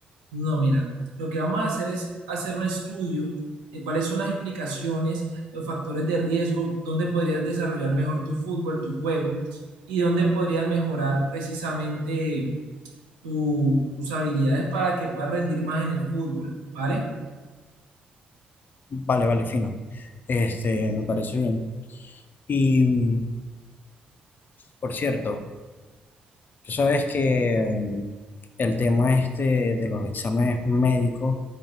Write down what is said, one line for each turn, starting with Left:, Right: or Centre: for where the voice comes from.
Right: No, mira, lo que vamos a hacer es hacer un estudio de cuáles son las implicaciones, los factores de riesgo, dónde podrías desarrollar mejor tu fútbol, tu juego, y dónde podrías mejorar precisamente tu- tus habilidades para que puedas rendir más en el fútbol, ¿vale?
Left: Vale, vale, fino. Este, me parece bien. Y mm, por cierto, tú sabes que mm, el tema este de los exámenes médicos